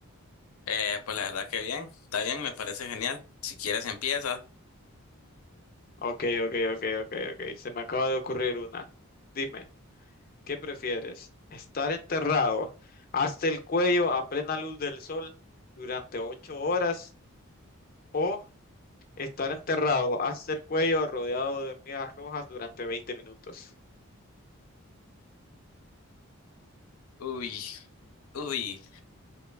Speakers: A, on the left; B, on the left.
A: Eh, pues la verdad que bien, está bien, me parece genial. Si quieres empieza.
B: Ok, ok, ok, ok, ok. Se me acaba de ocurrir una. Dime, ¿qué prefieres? ¿Estar enterrado hasta el cuello a plena luz del sol durante ocho horas? o Estar enterrado hasta el cuello rodeado de hormigas rojas durante 20 minutos.
A: Uy, uy,